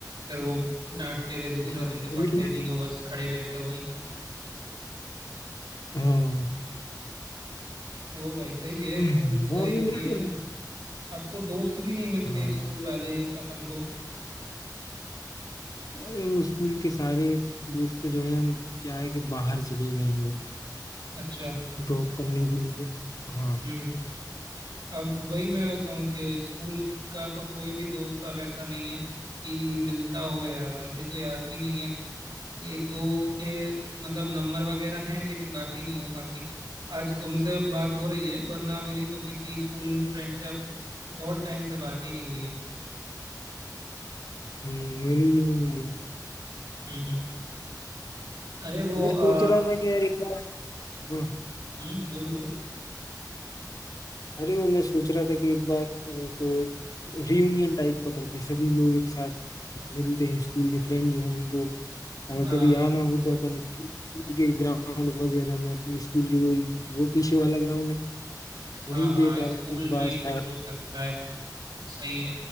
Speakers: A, on the right; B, on the left.
A: फिर वो डांटते थे दूसरे
B: हाँ,
A: दिन के पढ़ते
B: लेकिन
A: नहीं हो बस खड़े रहते हो वहीं
B: हाँ
A: वो भाई सही है
B: हम्म,
A: स्कूल की लाइफ
B: और भी मिलते
A: की है
B: हैं।
A: ना अब तो दोस्त भी नहीं मिलते
B: हाँ
A: हैं स्कूल वाले अपन को
B: अरे वो स्कूल के सारे दोस्त तो जो हैं क्या है कि बाहर चले गए हैं वो
A: अच्छा
B: जॉब करने के लिए हाँ
A: हम्म अब वही मैं कहूँ कि स्कूल का तो कोई भी दोस्त अब ऐसा नहीं है कि मिलता हो यार मुझे तो याद भी नहीं है एक दो के मतलब नंबर वगैरह हैं लेकिन बात ही नहीं हो पाती आज तुमसे बात हो रही है वरना मेरी तो किसी स्कूल फ्रेंड से अब बहुत टाइम से बात ही नहीं हुई है
B: हम्म, मेरी भी नहीं हुई यार
A: हम्म हम्म अरे वो
B: मैं सोच
A: अ,
B: रहा था कि यार एक बार हाँ
A: हम्म बोलो बोलो
B: अरे वो मैं सोच रहा था कि एक बार एक रियूनियन टाइप का करते हैं। सभी लोग एक साथ मिलते हैं स्कूल के फ्रेंड जो है उनको अगर
A: हाँ
B: कभी आना हो तो अपन स्कूल के ग्राउंड वगैरह में अपनी स्कूल के वही वो पीछे वाला ग्राउंड है
A: हाँ
B: वहीं
A: हाँ
B: पे एक,
A: स्कूल
B: एक बार
A: में ही
B: शायद
A: कुछ हो सकता है सही है